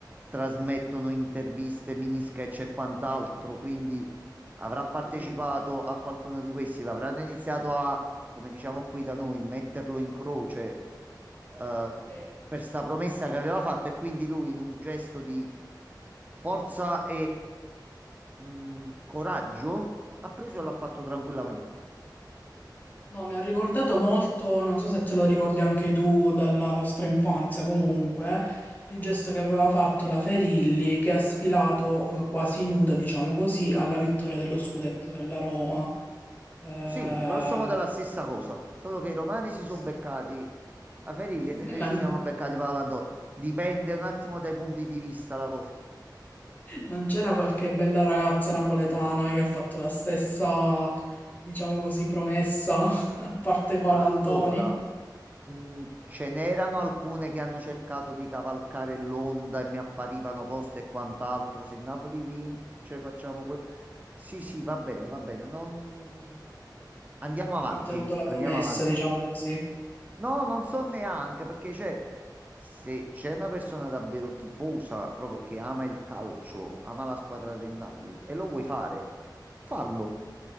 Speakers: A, on the right; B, on the left.
A: trasmettono interviste, mini sketch e quant'altro, quindi avrà partecipato
B: Sì,
A: a qualcuno di questi, l'avranno iniziato a, come diciamo qui da noi, metterlo in croce, eh,
B: sì.
A: per sta promessa che aveva fatto e quindi lui in un gesto di forza e mh, coraggio ha preso e l'ha fatto tranquillamente.
B: No, mi ha ricordato molto, non so se te lo ricordi anche tu dalla nostra infanzia comunque, il gesto che aveva fatto la Ferilli che ha sfilato eh, quasi nuda, diciamo così, alla vittoria dello scudetto della Roma. Eh,
A: Sì, grosso modo è la stessa cosa, solo che i romani
B: sì,
A: si sono
B: sì,
A: beccati a Ferilli
B: sì.
A: e
B: <laughs>
A: noi
B: La-
A: ci siamo beccati Paolo Antonio. Dipende un attimo dai punti di vista la cosa.
B: Non c'era qualche bella ragazza napoletana che ha fatto la stessa, diciamo così, promessa, <laughs> a parte Paolo
A: Allora,
B: Antoni?
A: mh, ce n'erano alcune che hanno cercato di cavalcare l'onda e mi apparivano poste e quant'altro. Se il Napoli vince, facciamo que- Sì, sì, va bene, va bene. Non... Andiamo
B: Non hanno
A: avanti,
B: mantenuto la
A: andiamo
B: promessa,
A: avanti.
B: diciamo così.
A: No, non so neanche perché c'è. Se c'è una persona davvero tifosa, proprio che ama il calcio, ama la squadra del Napoli e lo vuoi fare, fallo.